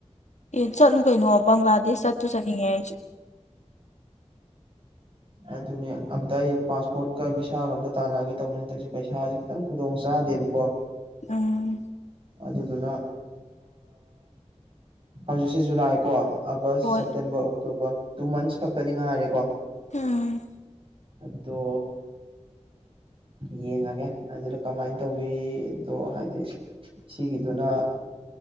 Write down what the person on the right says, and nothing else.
ꯑꯗꯨꯅꯦ ꯑꯝꯇ ꯑꯩ ꯄꯥꯁꯄꯣꯔꯠꯀ ꯚꯚꯤꯁꯥꯒ ꯑꯝꯇ ꯇꯥꯟꯅꯒꯦ ꯇꯧꯕꯅꯦ ꯍꯟꯗꯛꯁꯤ ꯄꯩꯁꯥꯁꯤ ꯈꯤꯇꯪ ꯈꯨꯗꯣꯡ ꯆꯥ ꯗꯦꯕꯀꯣ
ꯑꯗꯨꯗꯨꯅ ꯍꯧꯖꯤꯛꯁꯦ ꯖꯨꯂꯥꯏꯀꯣ ꯑꯥꯒꯁ
ꯁꯦꯞꯇꯦꯝꯕꯔ ꯑꯣꯛꯇꯣꯕꯔ ꯇꯨ ꯃꯟꯁ ꯈꯛꯇꯗꯤ ꯉꯥꯏꯔꯦꯀꯣ
ꯠꯇꯣ ꯌꯦꯡꯉꯒꯦ ꯑꯗꯨꯅ ꯀꯃꯥꯏꯅ ꯇꯧꯋꯗꯣ ꯍꯥꯏꯗꯤ ꯁꯤꯒꯤꯗꯨꯅ